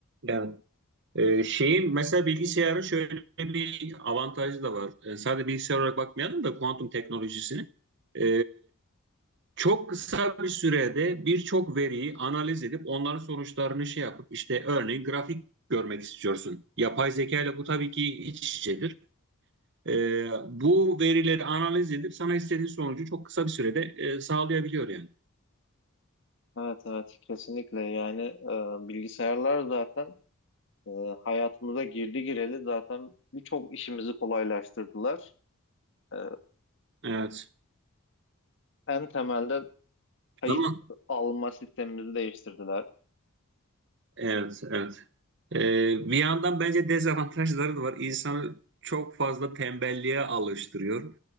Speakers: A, on the right; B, on the left.
A: Evet. E, şeyin mesela bilgisayarın şöyle bir avantajı da var. E, sadece bilgisayar olarak bakmayalım da kuantum teknolojisini. E, çok kısa bir sürede birçok veriyi analiz edip onların sonuçlarını şey yapıp işte örneğin grafik görmek istiyorsun. Yapay zeka ile bu tabii ki iç içedir. E, bu verileri analiz edip sana istediğin sonucu çok kısa bir sürede e, sağlayabiliyor yani.
B: Evet evet kesinlikle yani e, bilgisayarlar zaten e, hayatımıza girdi gireli zaten birçok işimizi kolaylaştırdılar. E,
A: Evet.
B: en temelde Kayıt
A: Ama
B: alma sistemimizi değiştirdiler.
A: evet, evet. Ee, bir yandan bence dezavantajları da var. İnsanı çok fazla tembelliğe alıştırıyor.